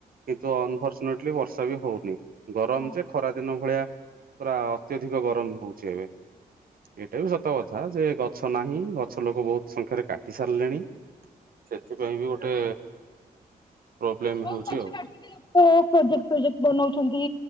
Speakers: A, on the right; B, on the left.
A: କିନ୍ତୁ ଅନଫର୍ଚୁନେଟଲି ବର୍ଷା ବି ହଉନି, ଗରମ
B: ହଁ
A: ଯେ ଖରା ଦିନ ଭଳିଆ। ପୁରା ଅତ୍ୟଧିକ ଗରମ ହଉଛି ଏବେ। ଏଟା ବି ସତ କଥା ଯେ ଗଛ ନାହିଁ ଗଛ ଲୋକ ବୋହୁତ ସଂଖ୍ୟାରେ କାଟି ସାରିଲେଣି। ସେଥିପାଇଁ ବି ଗୋଟେ। ପ୍ରୋବ୍ଲେମ
B: ବ
A: ହଉଛି
B: ଗଛ
A: ଆଉ।
B: କାଟି ଲ ପ୍ରୋଜେକ୍ଟ ପ୍ରୋଜେକ୍ଟ ବନଉଛନ୍ତି